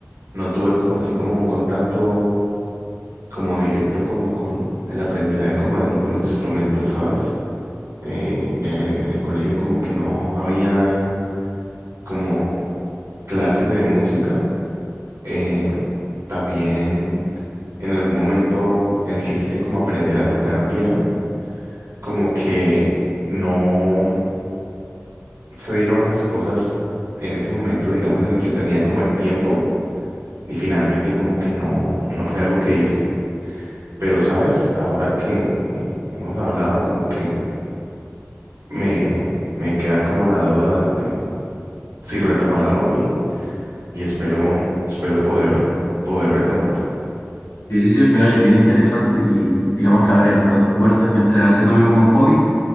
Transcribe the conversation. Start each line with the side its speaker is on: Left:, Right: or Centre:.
Right: no tuve como así como un contacto como directo como con el aprendizaje como de ningún instrumento, ¿sabes? Eh, eh, en el colegio como que no habían como clases de música. eh, también en algún momento en el que quise como aprender a tocar piano, como que no se dieron las cosas en ese momento, digamos, en el que tenía como el tiempo. Y finalmente como que no, no fue algo que hice. Pero, ¿sabes? Ahora que eh, hemos hablado, como que me, me queda como la duda de si retomar o no y, y espero, espero poder, poder retomar.
Left: Sí, sí, sí, al final es bien interesante y digamos que abre bastantes puertas mientras se tome como un hobby